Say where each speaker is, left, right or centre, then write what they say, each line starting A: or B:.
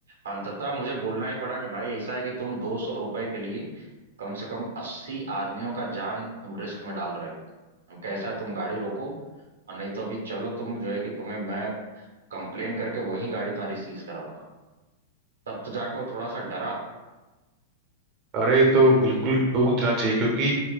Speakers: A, on the right; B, on the right.
A: अंततः मुझे बोलना ही पड़ा कि भाई ऐसा है कि तुम दो सौ रुपए के लिए कम से कम अस्सी आदमियों का जान तुम रिस्क में डाल रहे हो हम कैसा तुम गाड़ी रोको और नहीं तो अभी चलो तुम जो है कि तुम्हें मैं कंप्लेन करके वही गाड़ी तुम्हारी सीज कराऊंगा तब तो जाकर वो थोड़ा सा डरा
B: अरे ये तो बिल्कुल टोक देना चाहिए क्योंकि